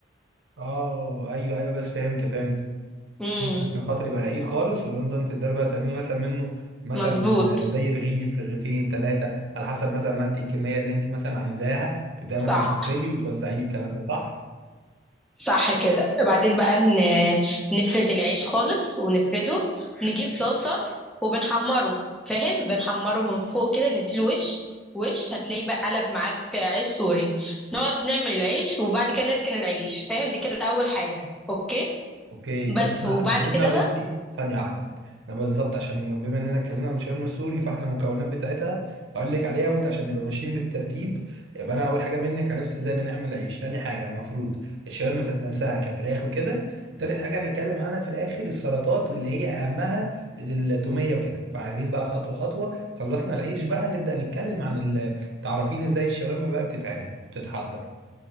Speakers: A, on the right; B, in the centre.
A: اه ايوه ايوه بس فهمت فهمت
B: فاهم
A: عشان خاطر يبقى رقيق خالص وده نظام تقدري بقى تعملي مثلا منه مثلا
B: مظبوط
A: زي رغيف رغيفين ثلاثه على حسب مثلا ما انت الكميه اللي انت مثلا عايزاها تبداي مثلا
B: صح
A: تفردي وتوزعيه الكلام ده صح؟
B: صح كده وبعدين بقى ن- نفرد العيش خالص ونفرده نجيب طاسة وبنحمره فاهم بنحمره من فوق كده نديله وش وش هتلاقي بقى قلب معاك عيش سوري نقعد نعمل العيش وبعد كده نركن العيش فاهم دي كده أول حاجة أوكي
A: اوكي كده
B: بس
A: احنا
B: وبعد
A: حددنا
B: كده
A: بصي
B: بقى
A: ثانية واحدة انا بالظبط عشان بما اننا اتكلمنا عن شرم السوري فاحنا المكونات بتاعتها هقول لك عليها وانت عشان نبقى ماشيين بالترتيب يبقى انا اول حاجة منك عرفت ازاي بنعمل عيش تاني حاجة المفروض الشاورما ذات نفسها كفراخ وكده تالت حاجة هنتكلم عنها في الاخر السلطات واللي هي اهمها التومية وكده فعايزين بقى خطوة خطوة خلصنا العيش بقى نبدأ نتكلم عن ال- تعرفين ازاي الشاورما بقى بتتعمل بتتحضر